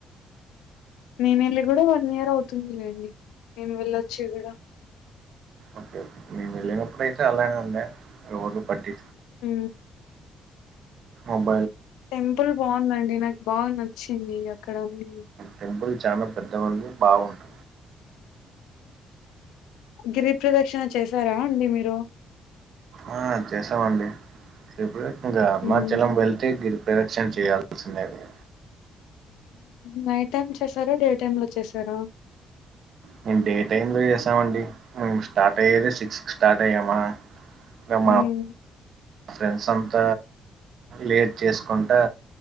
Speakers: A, on the left; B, on the right.
A: నేన వెళ్ళి కూడా వన్ ఇయర్ అవుతుందిలేండి నేను వెళ్ళొచ్చి కూడా
B: ఓకే ఓకే మేము వెళ్ళినప్పుడు అయితే అలానే ఉండడి రోడ్డు పట్టి
A: హ
B: ఏం
A: టెంపుల్ బాగుందండి నాకు బాగా నచ్చింది అక్కడన్న
B: టెంపుల్ చాలా పెద్ద ఉంది బాగుంటంది
A: గిరిప్రదక్షిణ చేశారా అండి మీరు
B: ఆ చేసామండి ఇప్పుడు ఇంకా అరుణాచలం
A: హ్మ్.
B: వెళ్తే గిరిపరిరక్షణ చేయాలి పసునేదే
A: నైట్ టైమ్ చేసారా డే టైమ్ లో చేసారా
B: మేము డే టైమ్ లో చేసామండి మేము స్టార్ట్ అయ్యేది సిక్స్ క స్టార్ట్ అయ్యామా
A: హ్మ్.
B: మా ఫ్రెండ్స్ అంత లేట్ చేసుకుంటా